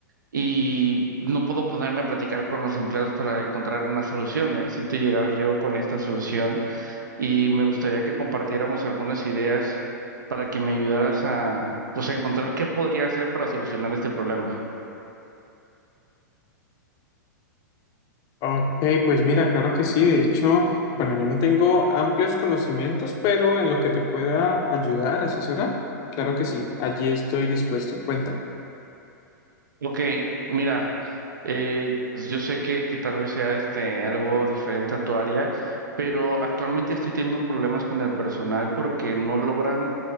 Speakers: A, on the right; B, on the left.
A: y no puedo ponerme a platicar con los empleados para encontrar una solución. Necesito llegar yo con esta solución y me gustaría que compartiéramos algunas ideas para que me ayudaras a, pues, a encontrar qué podría hacer para solucionar este problema.
B: Ok, pues mira, claro que sí. De hecho, bueno, yo no tengo amplios conocimientos, pero en lo que te pueda ayudar, asesorar, claro que sí, allí estoy dispuesto. Cuéntame.
A: Ok, mira. Eh, pues yo sé que, que tal vez sea este algo diferente a tu área, pero actualmente estoy teniendo un problemas con el personal porque no logran,